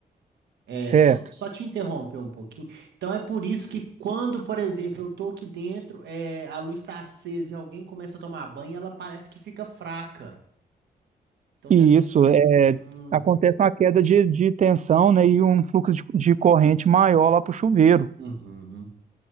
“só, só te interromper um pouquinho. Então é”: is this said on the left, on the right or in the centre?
Right